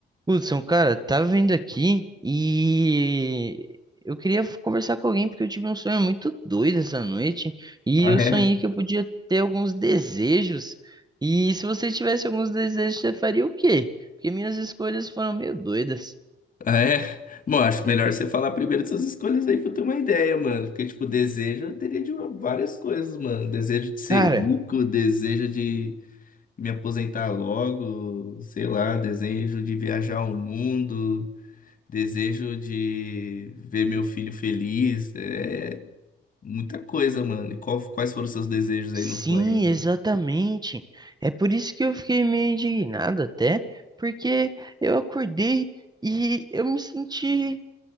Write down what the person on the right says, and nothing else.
Hudson, cara, tava vindo aqui e eu queria conversar com alguém porque eu tive um sonho muito doido essa noite e
eu
sonhei que eu podia ter alguns desejos. E se você tivesse alguns desejos, você faria o quê? Porque minhas escolhas foram meio doidas.
Cara,
sim,
exatamente. É por isso que eu fiquei meio indignado até, porque eu acordei e eu me senti